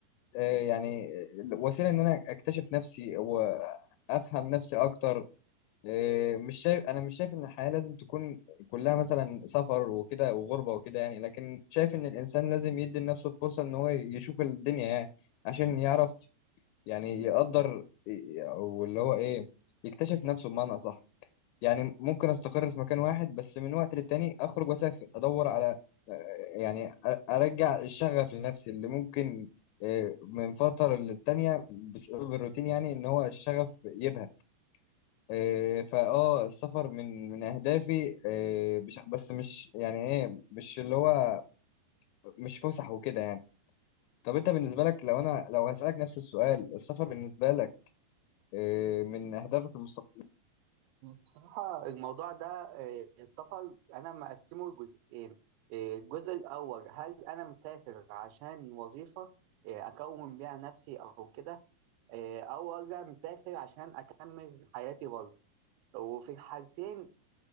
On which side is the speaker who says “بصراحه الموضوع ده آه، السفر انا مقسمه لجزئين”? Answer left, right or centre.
Right